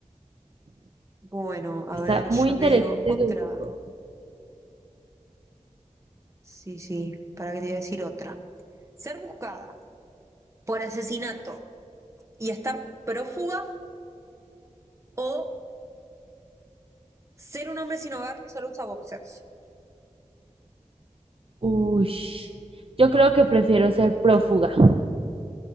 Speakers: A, on the right (about 25°); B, on the right (about 45°).
A: Bueno, a
B: Está
A: ver,
B: muy
A: yo
B: interesante
A: te digo otra.
B: su...
A: Sí, sí, para que te voy a decir otra. Ser buscada por asesinato y estar prófuga o ser un hombre sin hogar que solo usa boxers.
B: Uy, yo creo que prefiero ser prófuga,